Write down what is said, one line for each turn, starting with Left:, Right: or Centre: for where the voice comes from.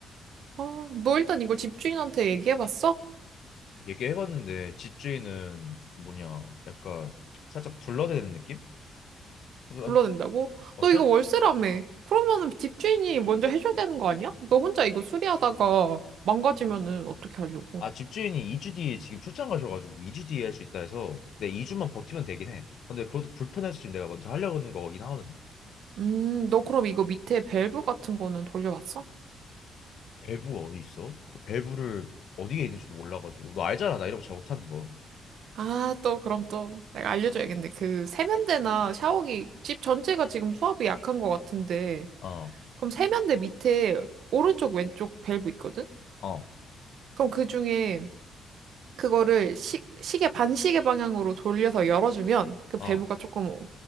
Right: 아, 너 일단 이거 집주인한테 얘기해봤어?
Left: 얘기해봤는데 집주인은 뭐냐 약간 살짝 둘러대는 느낌? 그래서
Right: 불러낸다고?
Left: 아니 어,
Right: 너
Left: 살,
Right: 이거 월세라며. 그러면은 집주인이 먼저 해줘야 되는 거 아니야? 너 혼자 이거 수리하다가 망가지면은 어떻게 하려고?
Left: 아 집주인이 2주 뒤에 지금 출장 가셔가지고 2주 뒤에 할 수 있다 해서 내 2주만 버티면 되긴 해. 근데 그것도 불편해서 지금 내가 먼저 하려고 하는 거긴 하거든.
Right: 음, 너 그럼 이거 밑에 밸브 같은 거는 돌려봤어?
Left: 밸브가 어디 있어? 밸브를 어디에 있는지도 몰라가지고 너 알잖아 나 이런 거 잘 못하는 거.
Right: 아, 또 그럼 또 내가 알려줘야겠네. 그 세면대나 샤워기 집 전체가 지금 수압이 약한 것 같은데
Left: 어,
Right: 그럼 세면대 밑에 오른쪽 왼쪽 밸브 있거든?
Left: 어,
Right: 그럼 그 중에 그거를 시, 시계 반시계 방향으로 돌려서 열어주면 그 밸브가
Left: 어.
Right: 조금